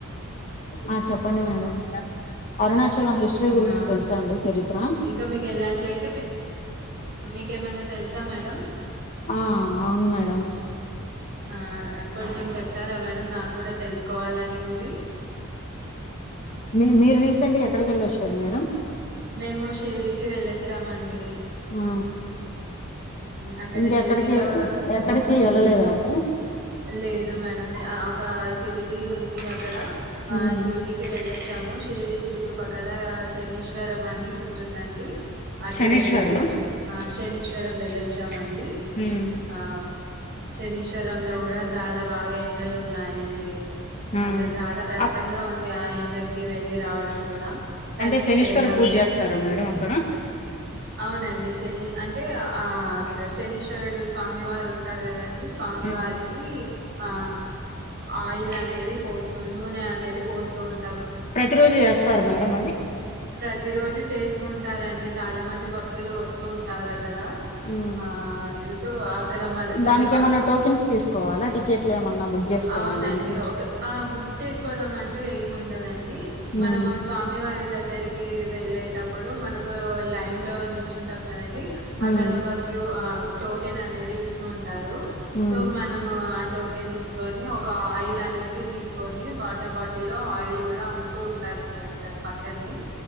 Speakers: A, on the left; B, on the right.
A: ఆ చెప్ పండి మేడం అరుణాష్ తన హిస్టరీ
B: అవునా
A: గురించి తెలుసాండి చరిత్ర
B: ఇంకా మీకు ఎలాంటి ప్లేస్ మీకేమన్నా తెలుసా మేడం
A: ఆ అవును మేడం
B: అదే కొంచెం చెప్తారా మేడం నాకు కూడా తెలుసుకోవాలని ఉంది.
A: మీ మీరు రీసెంట్ గా ఎక్కడికి వెళ్ళొచ్చారు మేడం?
B: మేము షిరీడికి వెళ్ళొచ్చామ్ అండి.
A: ఆ
B: అక్కడ
A: ఇంకెక్కడికి
B: షిరిడిలో
A: ఎక్కడికి వెళ్ళలేదా అండి?
B: లేదు మేడం ఆ ఒక షిరిడి ఉంది అక్కడ ఆ
A: ఉమ్
B: శిరీడికి వెళ్లచ్చాము తీరిది చుట్టు పక్కల తెనిశ్వరం అని ఉంటుందండి అటు
A: శనీశ్వరమా
B: వెళ్ళసే <unintelligible> ఆ శని చరణ్ వెళ్ళే అచ్చం అండి
A: ఉమ్
B: ఆ శేనిశ్వరం కూడా చాలా బాగా ఎండలు ఉన్నాయిండి
A: ఆ
B: అసలు చాలా కష్టంగా
A: అక్
B: ఉంది. ఆ ఎండకి వెళ్లి రావడం కూడా. కానీ
A: అంటే శనీశ్వర
B: ఎలాల,
A: పూజ చేస్తారా మేడం అక్కడ
B: అవునండి శని అంటే ఆ అక్కడ శనిశ్వరుడు స్వామి వారు ఉంటారు కాదండి. స్వామివార్
A: ఆ
B: కి ఆ ఆయిల్ అనేది పోస్టుంట్ నూనె అనేది పోస్తూ ఉన్
A: ప్రతి రోజు చేస్తారా మేడం అది?
B: ప్రతి రోజు చేస్తూ ఉంటారండి. చాలా మంది భక్తులు వస్తూ ఉంటారు అక్ అక్కడ
A: ఉమ్
B: ఆ సో అక్కడ మనతోనే
A: దానికి
B: బాగ్
A: ఏమన్నా టోకెన్స్ తీసుకోవాలా టికెట్లు ఏమన్నా బుక్ చేసుకోవాలి
B: అవునండి.
A: దాని గురించి
B: ఒక ఆ బుక్ చేసుకోవడం అంటూ ఏం ఉండదం డి మనము
A: ఉమ్
B: స్వామి వారి దగ్గ దగ్గరకు వెళ్లేటప్పుడు మనకు లైన్లో నిల్చుంటాము కదండీ అక్కడొక
A: ఉమ్
B: క్యూ ఆ టోకెన్ అనేది ఇస్తూ ఉంటారు
A: ఉమ్
B: సో మనము ఆ టోకెన్ తీసుకొని ఒక ఆయిల్ అనేది తీసుకొని వాటర్ బాటిల్ లో ఆయిల్ కూడా అమ్ముతూ ఉంటారండి అక్కడ పక్కనే